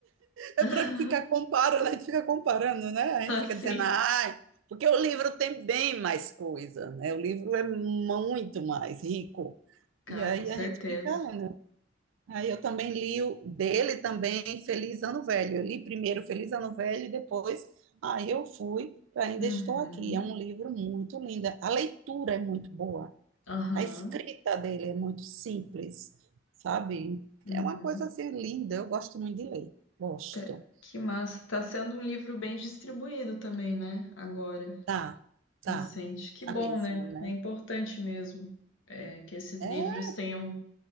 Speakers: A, on the right; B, on the left.
A: É
B: <laughs>
A: para ficar comparando, a gente fica comparando, né? A gente fica
B: Sim.
A: dizendo, ai, porque o livro tem bem mais coisa, né? O livro é muito mais rico.
B: Cara,
A: E aí
B: com certeza.
A: a gente fica lendo. Aí eu também li o dele também, Feliz Ano Velho. Eu li primeiro Feliz Ano Velho e depois aí eu fui para Ainda
B: Uhum.
A: Estou Aqui. É um livro muito lindo. A leitura é muito boa.
B: Aham.
A: A escrita dele é muito simples, sabe?
B: Uhum.
A: É uma coisa assim linda. Eu gosto muito de ler. Gosto.
B: Tá- Que massa. Tá sendo um livro bem distribuído também, né? Agora,
A: Tá,
B: recente.
A: tá,
B: Que
A: tá
B: bom,
A: mesmo,
B: né?
A: né?
B: É importante mesmo, é, que esses
A: É,
B: livros tenham